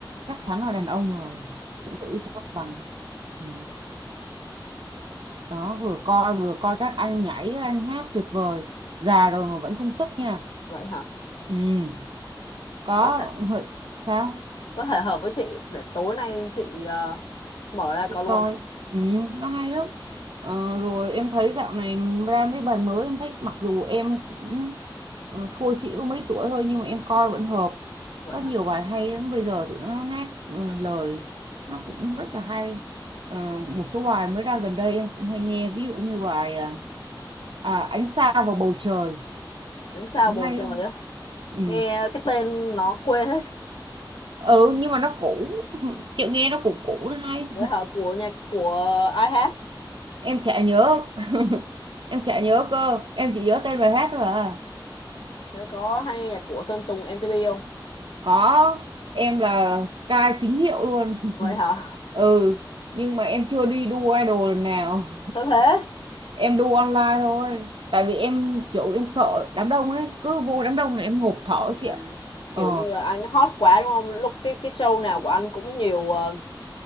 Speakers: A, on the right (about 80°); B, on the left (about 85°).
A: chắc chắn là đàn ông rồi phụ nữ sẽ mất bằng ừ. đó vừa coi vừa coi các anh nhảy anh hát tuyệt vời già rồi mà vẫn sung sức nha
B: vậy hả
A: ừ. có
B: có thể
A: hợi- sao
B: có thể hợp với chị để tối nay chị ờ, mở ra
A: chị
B: có luôn
A: coi ừ, nó hay lắm Ờ, rồi em thấy dạo này ra mấy bài mới em thích mặc dù em cũng ờ, thua chị có mấy tuổi thôi nhưng mà em coi vẫn hợp
B: vậy
A: có nhiều
B: hả
A: bài hay lắm bây giờ tụi nó hát ờ, lời nó cũng rất là hay Ờ, một số bài mới ra gần đây em cũng hay nghe ví dụ như bài à, à, ánh sao vào bầu trời
B: đứng sao
A: cũng
B: bầu
A: hay
B: trời
A: lắm
B: á
A: ừ.
B: nghe cái tên nó quê hết
A: ừ nhưng mà nó cũ <laughs> chị nghe nó cũ cũ nó hay
B: vậy hả của nhạc của ai hát
A: em chả nhớ <laughs> em chả nhớ cơ em chỉ nhớ tên bài hát thôi à
B: thế có hay nghe nhạc của Sơn Tùng MTP không
A: có em là Sky chính hiệu luôn <laughs>
B: vậy hả
A: ừ nhưng mà em chưa đi đu idol lần nào
B: <laughs> sao thế
A: em đu online thôi tại vì em kiểu em sợ đám đông ấy cứ vô đám đông là em ngộp thở chị
B: À,
A: ạ
B: kiểu
A: ờ
B: như là anh hot quá đúng không? Lúc cái cái show nào của anh cũng nhiều ờ,